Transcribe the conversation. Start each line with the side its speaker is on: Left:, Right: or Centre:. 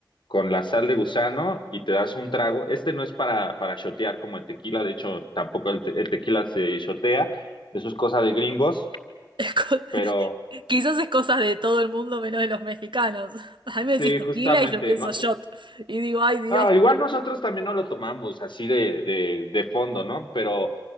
Left: con la sal de gusano y te das un trago. Este no es para, para shotear como el tequila, de hecho tampoco el, te- el tequila se shotea, eso es cosa de gringos,
Right: Es co- <laughs>
Left: pero
Right: Quizás es cosa de todo el mundo menos de los mexicanos. A mí me decís
Left: sí,
Right: tequila
Left: justamente,
Right: y yo pienso
Left: no,
Right: shot.
Left: eh,
Right: Y digo, ay Dios.
Left: ah, igual nosotros también no lo tomamos así de, de, de fondo, ¿no? Pero